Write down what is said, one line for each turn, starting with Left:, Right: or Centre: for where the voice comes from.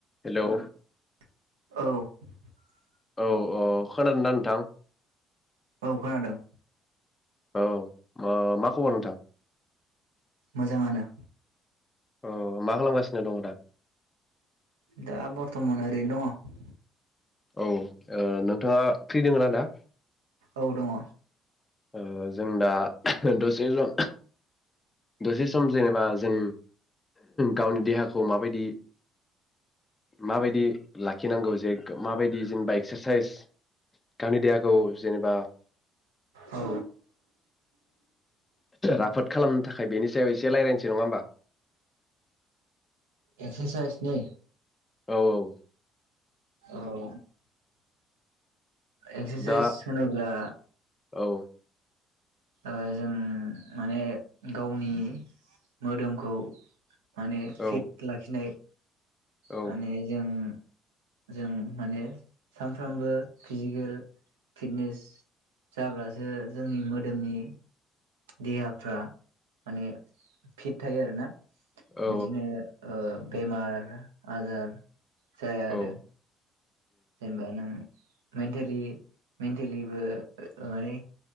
Left: Hello
Right: औ
Left: औ औ खोनादोंना नोंथां
Right: औ खोनादों।
Left: औ ओ मा खबर नोंथां?
Right: मोजाङानो
Left: अ मा खालामगासिनो दङ दा?
Right: दा बर्थमान ओरैनो दङ।
Left: औ ओ नोंथाङा फ्रि दङोना दा?
Right: औ दङ।
Left: ओ जों दा दसे सम दसे सम जेनेबा जों गावनि देहाखौ माबायदि माबायदि लाखिनांगौ जे माबायदि जेनेबा एक्सारसाइस गावनि देहाखौ जेनेबा
Right: औ
Left: राफोद खालाम मो थाखाय बेनि सायाव एसे रायज्लायनोसै नङा होमबा?
Right: एक्सारसाइसनि
Left: औ औ
Right: औ एक्सारसाइस
Left: दा
Right: होनोब्ला
Left: औ
Right: ओ जों माने गावनि मोदोमखौ माने फिट
Left: औ
Right: लाखिनाय
Left: औ
Right: माने जों जों माने सानफ्रामबो फिजिकेल फिटनेस जाब्लासो जोंनि मोदोमनि देहाफ्रा माने फिट थायो आरोना।
Left: औ
Right: बिदिनो ओ बेमार आजार जाया आरो
Left: औ
Right: जेनेबा नों मेन्टेलि मेन्टेलिबो ओ ओ माने